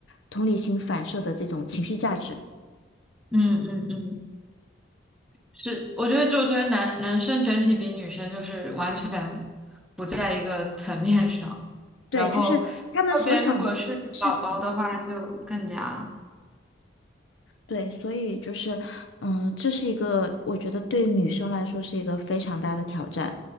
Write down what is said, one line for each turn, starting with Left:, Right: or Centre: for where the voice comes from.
Left: 同理心反射的这种情绪价值。
Centre: 嗯嗯嗯嗯。嗯是，我觉得就觉得男男生整体比女生就是完全不在一个层面上，
Left: 对，
Centre: 然后特别如果是宝宝的话就更加了。
Left: 就是他们所想的事情。对，所以就是，嗯，这是一个我觉得对女生来说是一个非常大的挑战，